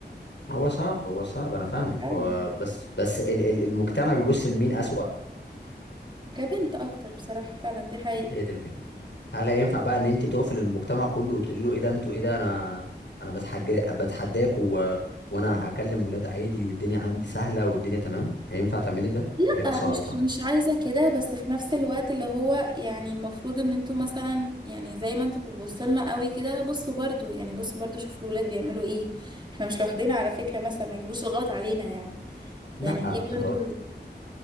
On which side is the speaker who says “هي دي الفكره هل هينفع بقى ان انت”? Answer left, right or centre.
Left